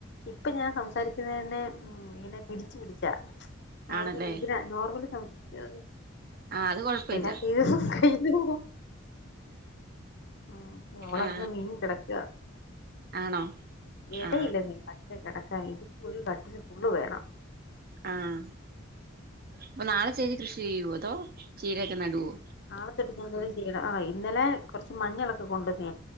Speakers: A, on the left; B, on the right.
A: ഇപ്പൊ ഞാൻ സംസാരിക്കുന്ന തന്നെ ഉ ഇങ്ങനെ പി പിടിക്കില്ല നിർമൽ
B: ആണല്ലേ
A: രീതിയിൽ സംസാരിക്കുമ്പോൾ തന്നെ ആഹ
B: ആ അത് കൊഴപ്പയില്ല
A: എല്ലാം ക കെയിൻ പോവും ഉ നമ്മൾ
B: ആ
A: ഒകെ ഇനീം കിടക്ക
B: ആണോ
A: ഇടയിലന്നേ
B: ആ
A: കിടക്കാൻ ഇതിപ്പോ ഒരു കട്ടിൽ ഫുള്ള് വേണം
B: ആഹ അപ്പൊ നാളെ ചേച്ചി കൃഷി ചെയ്യുവോ അതോ ചീരയക്കെ നടുവോ
A: ആളത്തി ഇടും ചെയ്യണം ആ ഇന്നലെ കുറച്ച് മഞ്ഞളൊക്കെ കൊണ്ടുവന്ന